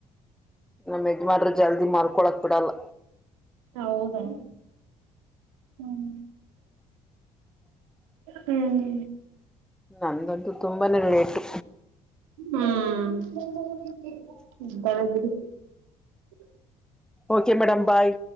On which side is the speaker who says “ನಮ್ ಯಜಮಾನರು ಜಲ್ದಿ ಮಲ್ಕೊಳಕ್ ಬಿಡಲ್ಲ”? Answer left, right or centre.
Centre